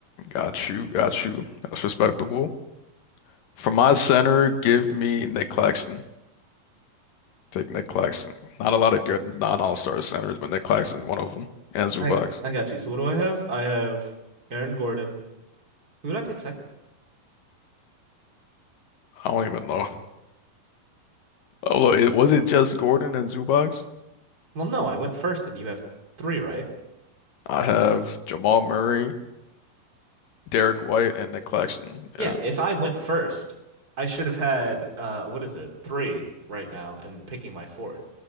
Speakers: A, on the left (about 75°); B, on the right (about 25°).
A: Got you, got you. That's respectable. For my center, give me Nick Claxton. Take Nick Claxton. Not a lot of good non-all-star centers, but Nick Claxton one of them. And Zubox.
B: I I got you. So what do I have? I have Aaron Gordon. Who did I pick second?
A: I don't even know. Oh, look, it, was it just Gordon and Zubox?
B: Well, no, I went first and you have three, right?
A: I have Jamal Murray, Derek White, and Nick Claxton.
B: Yeah,
A: Yeah.
B: if I went first, I should have had uh what is it? Three right now and picking my fourth.